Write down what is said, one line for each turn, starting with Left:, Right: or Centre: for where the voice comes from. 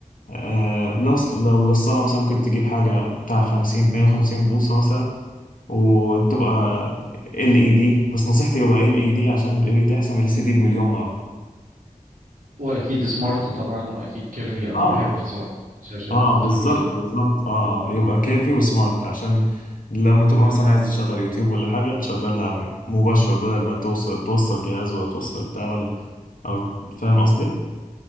Left: آه لو لو للصاله مثلا ممكن تجيب حاجه بتاع 50 52 بوصه مثلا وتبقى ال اي دي بس نصيحتي يبقى ال اي دي عشان ال اي دي احسن من ال سي دي بمليون مره
Right: وأكيد سمارت طبعا وأكيد كيرفي أنا
Left: اه
Right: بحب الصراحة الشاشات
Left: اه
Right: الكبيرة
Left: بالظبط بالظبط اه يبقى كافي وسمارت عشان لما تبقى مثلا عايز تشغل يوتيوب ولا حاجة تشغلها مباشرة بدل ما توصل توصل جهاز ولا توصل بتاع ولا او فاهم قصدي؟